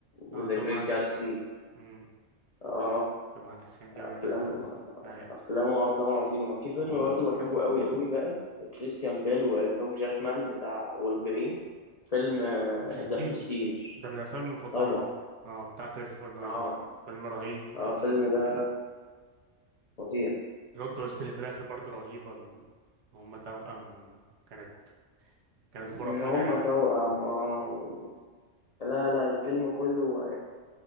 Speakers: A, on the right; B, on the left.
A: اه
B: وذا
A: توم
B: جريت
A: هانكس
B: جاتسبي
A: امم
B: اه
A: توم هانكس كان جامد
B: افلام
A: جدا اي
B: افلام افلام عظيمه في فيلم برضه بحبه قوي قوي بقى كريستيان بيل وهوك جاكمان بتاع وولفرين فيلم
A: برستيج
B: ذا برستيج
A: ده من الافلام المفضله
B: طبعا
A: ده اه بتاع كريستوفر نولان
B: اه
A: فيلم رهيب وفي
B: اه الفيلم
A: بلو-
B: ده فظيع
A: بلوت تويست اللي في الاخر برضه رهيبه ال... هم توأم كانت كانت خرافيه
B: ان هما
A: يعني
B: توأم اه
A: اه
B: و... لا لا الفيلم كله آه،